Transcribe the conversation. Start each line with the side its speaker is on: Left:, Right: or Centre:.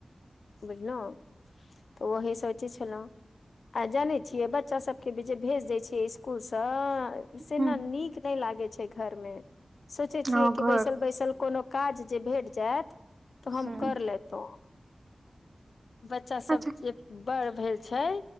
Left: बुझलहुँतऽ ओही सोचै छलहुँ आ जानै छियै बच्चा सब सबके जे भेज दै छिय स्कूल सँ सेना
Right: ह
Left: नीक नहि लागै छै घर मे सोचै छियै
Right: हँ
Left: कि
Right: घर
Left: बैसल बैसल कोनो काज जे भेट जायत तऽ हम
Right: ह
Left: कर लेतों बच्चा
Right: अच्छा
Left: सब जे बड़ भेल छै